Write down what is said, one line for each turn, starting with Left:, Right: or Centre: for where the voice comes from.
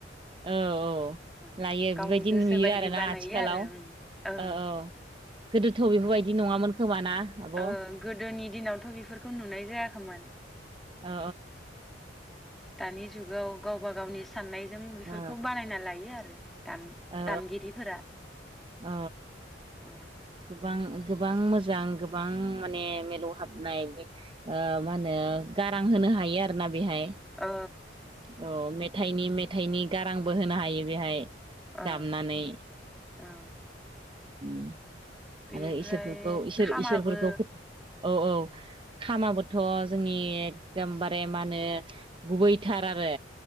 Right: औ औ
Centre: गावनि
Right: लायो बेबायदि
Centre: गोसो
Right: नुयो
Centre: बायदि
Right: आरोना
Centre: बानायो
Right: आथिखालाव
Centre: आरो ओं ओं
Right: औ औ गोदोथ बेफोरबायदि नङामोन खो खोमा ना? आब'
Centre: ओ
Right: औ
Centre: गोदोनि दिनावथ बेफोरखौ नुनाय जायाखैमोन।
Right: औ
Centre: दानि जुगाव गावबा गावनि सान्नायजों बेफोरखौ
Right: औ
Centre: बानायना लायो आरो। दाम-दामगिरिफोरा।
Right: औ औ।
Centre: उम।
Right: गोबां गोबां मोजां गोबां माने मेलौ हाबनाय ओ माहोनो गारां होनो हायो आरोना बेहाय।
Centre: ओ।
Right: अ मेथाइनि मे थाइनि गारांबो होनो हायो बेहाय।
Centre: औ
Right: दामनानै।
Centre: औ
Right: <inaudible>
Centre: बेनिफ्राय
Right: आरो इसोरफोरखौ इसोर
Centre: खामाबो
Right: इसोरफोरखौ औ औ खामाबोथ जोंनि एकदमबारे मा होनो गुबैथार आरो।